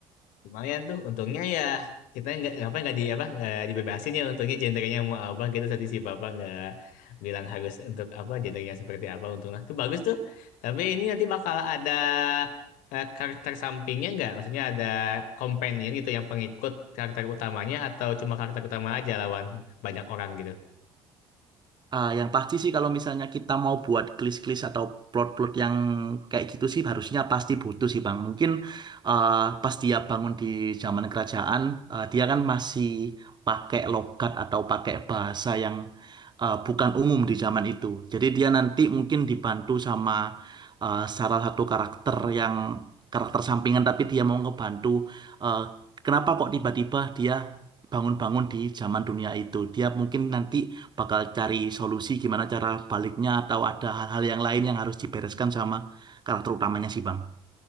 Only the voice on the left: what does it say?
Lumayan tuh, untungnya ya kita nggak apa nggak di apa nggak dibebasin ya untungnya gendernya mau apa gitu tadi si bapak nggak bilang harus untuk apa gendernya seperti apa untungnya tuh bagus tuh tapi ini nanti bakal ada eh, karakter sampingnya nggak maksudnya ada companion gitu yang pengikut karakter utamanya atau cuma karakter utama aja lawan banyak orang gitu